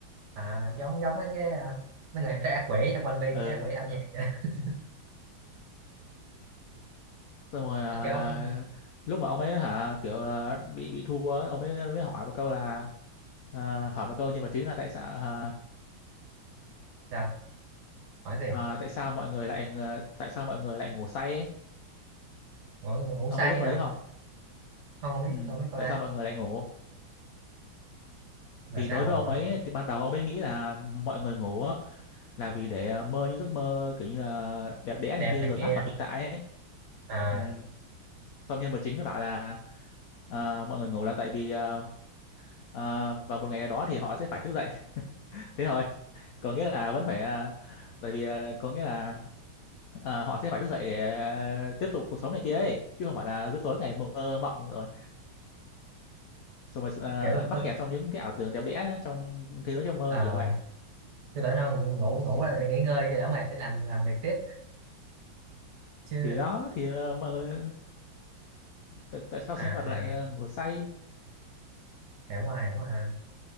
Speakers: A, on the right; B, on the left.
A: à giống giống mấy cái à, mấy người ăn trái ác quỷ trong One Piece
B: ờ
A: trái ác quỷ âm nhạc vậy đó.
B: xong rồi à,
A: mà cái ông
B: à, lúc mà ông ấy hả kiểu là bị bị thua á, ông ấy mới hỏi một câu là à, hỏi một câu nhân vật chính là tại sao à,
A: sao hỏi gì
B: à, tại sao mọi người lại ờ, tại sao mọi người lại ngủ say ấy?
A: ngủ ngủ
B: ông
A: say
B: có biết câu
A: hả
B: đấy không
A: không không biết
B: ừ,
A: không biết câu
B: tại
A: đấy
B: sao mọi người lại ngủ
A: là
B: thì
A: sao
B: đối với
A: rồi?
B: ông
A: gọi
B: ấy thì ban đầu ông ấy nghĩ là mọi người ngủ á, là vì để ờ, mơ những giấc mơ kiểu như là đẹp đẽ
A: đẹp
B: này kia
A: này
B: rồi
A: kia
B: thoát khỏi thực tại ấy.
A: à
B: Ừ. Xong nhân vật chính mới bảo là ờ, mọi người ngủ là tại vì ờ, ờ, vào một ngày nào đó thì họ sẽ phải thức dậy <laughs> thế thôi có nghĩa là vẫn phải ờ, tại vì ờ, có nghĩa là ờ, họ sẽ phải thức dậy để ờ, tiếp tục cuộc sống này kia ấy chứ không phải là cứ tối ngày mơ mộng rồi xong rồi ờ,
A: kiểu
B: mắc
A: tôi,
B: kẹt
A: tôi
B: trong những cái ảo tưởng đẹp đẽ trong thế giới trong mơ
A: à,
B: kiểu vậy
A: tôi tưởng đâu ngủ ngủ
B: ừ.
A: ngủ là để nghỉ ngơi cho đỡ mệt để làm làm việc tiếp chứ
B: thì đó thì ờ, mọi người tại, tại sao
A: à
B: sinh
A: à
B: vật lại ờ, ngủ say
A: hiểu mà hiểu mà